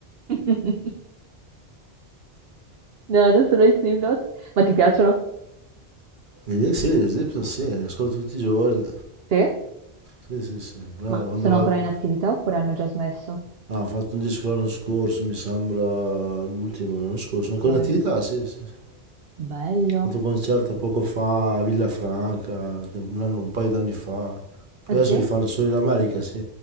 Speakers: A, on the right; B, on the right.
A: <laughs> No, non sono i Slipknot. Ma ti piacciono?
B: Eh, sì, gli Slipknot sì, ascolto tutti i giorni.
A: Sì?
B: Sì, sì, sì. Ah,
A: Ma
B: Quando
A: sono
B: vado...
A: ancora in attività oppure hanno già smesso?
B: Ah, ha fatto un disco l'anno scorso, mi sembra l'ultimo l'anno scorso.
A: Ok,
B: Sono ancora in attività, sì, sì. sì.
A: bello.
B: fatto un concerto poco fa a Villafranca, un, anno- un paio d'anni fa. Poi
A: Ah sì?
B: adesso li fanno solo in America, sì.